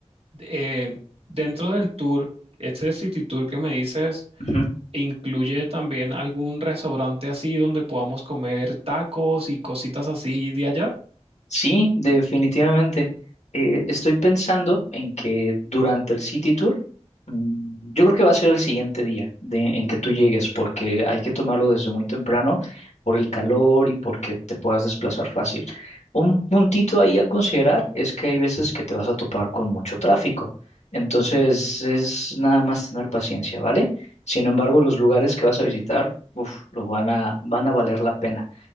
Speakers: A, on the right; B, on the left.
A: em, dentro del tour, este City Tour que me dices,
B: ujú.
A: ¿incluye también algún restaurante así donde podamos comer tacos y cositas así de allá?
B: Sí, definitivamente. Eh, estoy pensando en que durante el City Tour, mm, yo creo que va a ser el siguiente día de- en que tú llegues, porque hay que tomarlo desde muy temprano por el calor y porque te puedas desplazar fácil. Un puntito ahí a considerar es que hay veces que te vas a topar con mucho tráfico, entonces es nada más tener paciencia, ¿vale? Sin embargo, los lugares que vas a visitar, uf, lo van a, van a valer la pena